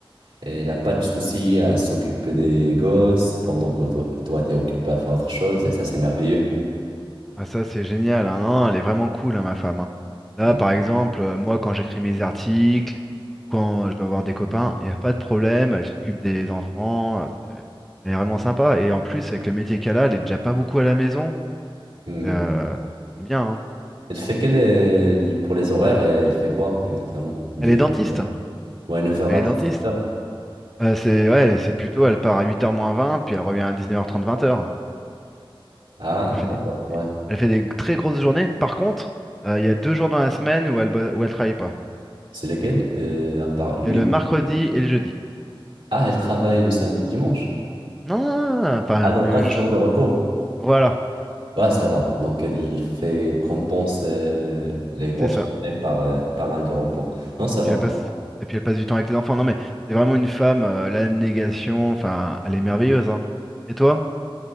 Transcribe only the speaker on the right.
et elle n'a pas de souci à s'occuper des gosses pendant que toi, toi, t'es occupé à faire autre chose, et ça, c'est merveilleux.
Mm.
Mm.
Elle fait quel, est- pour les horaires, elle fait quoi exactement? De
ouais, neuf heures
à
17
heures.
Ah,
d'accord,
ouais.
C'est lesquels, euh, à part le
week-end?
Ah, elle travaille le samedi, dimanche.
Ah, donc
quatre
jours de repos.
Ouais, ça va. Donc, elle fait, elle compense euh, les grosses
journées par euh, pas mal de repos. Non, ça va.